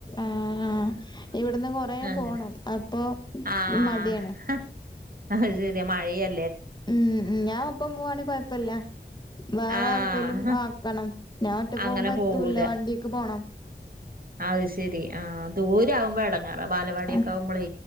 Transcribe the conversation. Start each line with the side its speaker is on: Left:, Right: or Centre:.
Left: ആഹ് ആഹ് ഇവിട്ന്ന് കൊറേ
Right: അങ്ങനെ
Left: പോണം അപ്പൊ
Right: ആഹ്
Left: മട്യാണ്.
Right: അത് ശരിയ മഴീ അ
Left: ഉം ഉം ഞാ ഒപ്പം പോവാണെ കൊഴപ്പല്ല. വേറെ
Right: ആഹ്
Left: ആരെപ്പേലും ആക്കണം. ഞാ ഒറ്റക്ക്
Right: അങ്ങനെ
Left: പോവുമ്പൊ എത്തൂല്ല.
Right: പോവൂല
Left: വണ്ടിക്ക് പോണം.
Right: അത് ശരി. ആഹ് ദൂരിവുമ്പൊ എട ങ്ങേറ വാലവാടിയൊക്ക
Left: ആഹ്
Right: ആവുമ്പളെ.